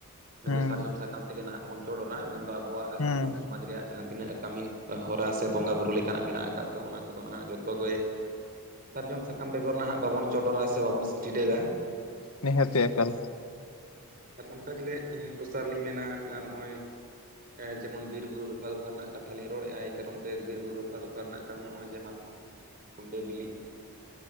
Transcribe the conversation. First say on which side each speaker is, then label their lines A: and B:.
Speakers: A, on the right; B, on the left.
A: ᱢᱮᱱᱫᱚ
B: ᱦᱩᱸ
A: ᱥᱟᱨᱡᱚᱢ ᱥᱟᱠᱟᱢ ᱛᱮᱜᱮ ᱱᱟᱦᱟᱜ ᱵᱚᱱ ᱪᱚᱰᱚᱨᱟ ᱢᱮᱱᱫᱚ ᱟᱵᱚᱣᱟᱜ
B: ᱦᱩᱸ
A: ᱥᱟᱱᱛᱟᱲ ᱥᱚᱢᱟᱡᱽ ᱨᱮᱭᱟᱜ ᱡᱟᱸᱦᱟ ᱛᱤᱱᱟᱹᱜ ᱮ ᱠᱟᱹᱢᱤ ᱦᱚᱨᱟ ᱥᱮ ᱵᱚᱸᱜᱟ ᱵᱩᱨᱩ ᱞᱮᱠᱟᱱᱟᱜ ᱢᱮᱱᱟᱜ ᱟᱠᱟᱫ ᱫᱚ ᱚᱱᱟ ᱠᱚᱫᱚ ᱱᱟᱦᱟᱜ ᱡᱚᱛᱚ ᱜᱮ ᱥᱟᱨᱡᱚᱢ ᱥᱟᱠᱟᱢ ᱵᱮᱜᱚᱨ ᱱᱟᱦᱟᱜ ᱵᱟᱵᱚᱱ ᱪᱚᱰᱚᱨᱟ ᱥᱮ ᱵᱟᱵᱚᱱ ᱴᱤᱰᱟᱹᱜᱟ᱾
B: ᱱᱤᱦᱟᱹᱛᱤ ᱮᱠᱟᱞ᱾
A: ᱦᱩᱸ ᱟᱨ ᱚᱱᱠᱟ ᱜᱮᱞᱮ ᱮ ᱫᱚᱥᱟᱨ ᱞᱤᱧ ᱢᱮᱱᱟ ᱮᱸ ᱱᱚᱜᱼᱚᱭ ᱡᱮᱢᱚᱱ ᱵᱤᱨ ᱵᱩᱨᱩ ᱨᱚᱯᱷᱟ ᱫᱚᱯᱷᱟ ᱨᱮᱱᱟᱜ ᱠᱟᱛᱷᱟ ᱞᱤᱧ ᱨᱚᱲᱮᱜᱼᱟ ᱮᱭ ᱠᱟᱨᱚᱱ ᱛᱮ ᱵᱤᱨ ᱵᱩᱨᱩ ᱨᱚᱯᱷᱟ ᱫᱚᱯᱷᱟ ᱨᱮᱱᱟᱜ ᱠᱟᱨᱚᱱ ᱱᱚᱜᱼᱚᱭ ᱡᱮ ᱢᱟᱛᱠᱚᱢ ᱵᱤᱞᱤ ᱠᱟᱱ ᱠᱩᱰᱟᱹ ᱵᱤᱞᱤᱜ ᱠᱟᱱ,